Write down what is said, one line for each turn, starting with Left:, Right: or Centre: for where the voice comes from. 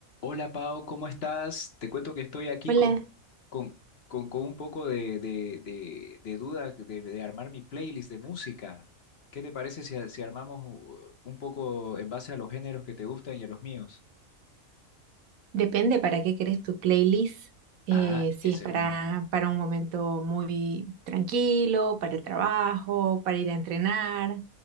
Left: Hola Pau, ¿cómo estás? Te cuento que estoy aquí
Right: Hola,
Left: con, con, con, con un poco de, de, de, de duda de, de armar mi playlist de música. ¿Qué te parece si, a- si armamos uh, un poco en base a los géneros que te gustan y a los míos?
Right: depende para qué querés tu playlist. eh,
Left: Ah,
Right: si
Left: esa
Right: es para,
Left: es una, bu-
Right: para un momento muy tranquilo, para el trabajo, para ir a entrenar.